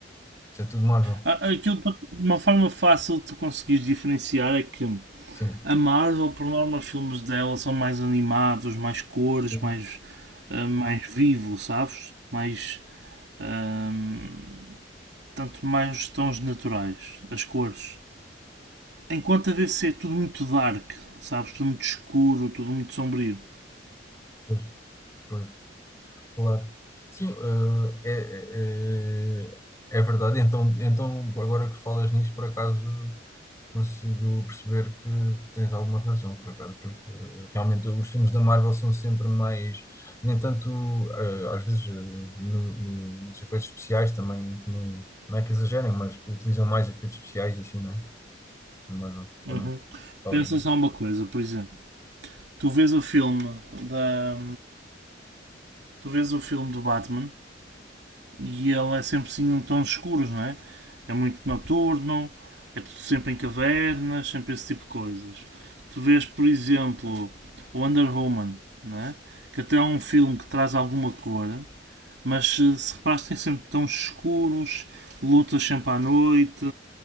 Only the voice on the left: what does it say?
Isso é tudo Marvel.
Sim.
Pois,
pois, pois, claro. Sim, eh, é, é, é é verdade. Então, então, agora que falas nisso, por acaso, consigo perceber que, que tens alguma razão, por acaso, porque eh, realmente os filmes da Marvel são sempre mais, nem tanto, eh, às vezes, eh, no- no- nos efeitos especiais também, também, não é que exagerem, mas que utilizam mais efeitos especiais e assim, não é? Na Marvel,
ou não? Talvez
não.